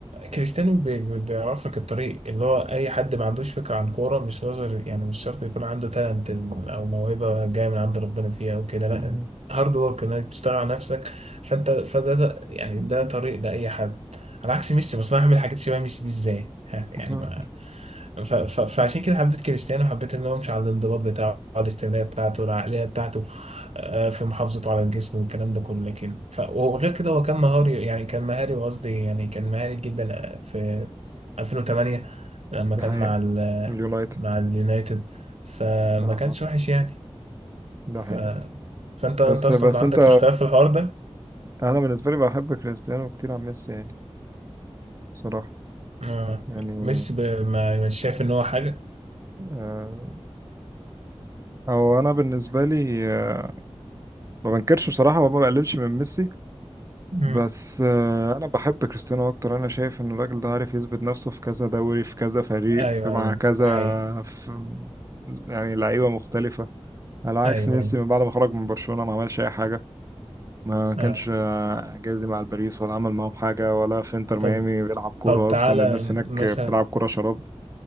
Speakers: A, on the right; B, on the right.
A: كريستيانو بي- بي- بيعرف لك الطريق اللي هو أي حد ما عندوش فكرة عن كورة مش نظر يعني مش شرط يكون عنده تالنت أو موهبة جاية من عند ربنا فيها أو كده لأ
B: مم.
A: هارد ورك إنك تشتغل على نفسك فأنت فده ده يعني ده طريق لأي حد على عكس ميسي بس أنا هعمل حاجات شبه ميسي دي إزاي؟ ها، يعني
B: مم.
A: ف... ف... فعشان كده حبيت كريستيانو حبيت ان هو يمشي على الانضباط بتاعه على الاستمراريه بتاعته العقليه بتاعته آه، في محافظته على الجسم والكلام ده كله لكن ف... وغير كده هو كان مهاري يعني كان مهاري قصدي يعني كان مهاري جدا آه، في 2008 لما
B: ده
A: كان
B: حقيقة
A: مع ال...
B: اليونايتد
A: مع اليونايتد فما
B: اه
A: كانش
B: اه
A: وحش يعني
B: ده حقيقة
A: ف... فانت
B: بس
A: انت اصلا
B: بس
A: عندك
B: انت
A: اختلاف في الحوار ده
B: انا بالنسبة لي بحب كريستيانو كتير عن ميسي يعني بصراحة
A: آه،
B: يعني
A: ميسي ب... ما مش شايف ان هو حاجه
B: آه او انا بالنسبة لي آه ما بنكرش بصراحة وما بقللش من ميسي
A: مم.
B: بس آه انا بحب كريستيانو اكتر انا شايف ان الراجل ده عارف يثبت نفسه في كذا دوري في كذا فريق
A: ايوه
B: في مع
A: ايوه
B: كذا
A: ده حقيقي
B: في يعني لعيبة مختلفة على عكس
A: ايوه
B: ميسي
A: ايوه
B: من بعد ما خرج من برشلونة ما عملش اي حاجة ما كانش
A: آه.
B: آه، جايز مع الباريس ولا عمل معاهم حاجة ولا في انتر ميامي
A: طب
B: بيلعب كورة
A: طب تعالى
B: أصلا الناس هناك
A: مثلا
B: بتلعب كورة شراب